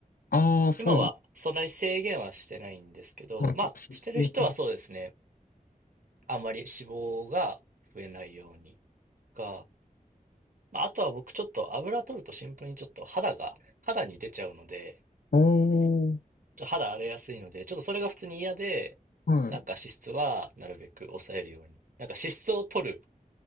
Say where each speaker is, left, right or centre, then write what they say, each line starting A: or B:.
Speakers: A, on the left (about 75°); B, on the right (about 65°).
A: ああー、そう。
B: 今はそんなに制限はしてないんですけど、
A: なんか、
B: まあしてる人はそうですね。
A: 脂質をる。
B: あんまり脂肪が増えないようにとか、まあ、あとは僕ちょっと油取るとシンプルにちょっと肌が、肌に出ちゃうので、
A: ああ、
B: ちょっと肌荒れやすいので、ちょっとそれが普通に嫌で、
A: はい。
B: なんか脂質はなるべく抑えるように。なんか脂質を取る